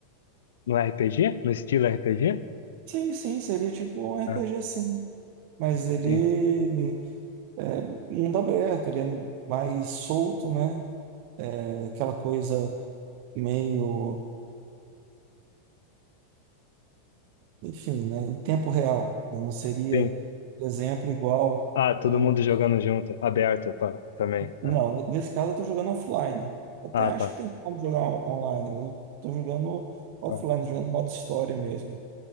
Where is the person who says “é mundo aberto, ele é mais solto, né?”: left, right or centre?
Right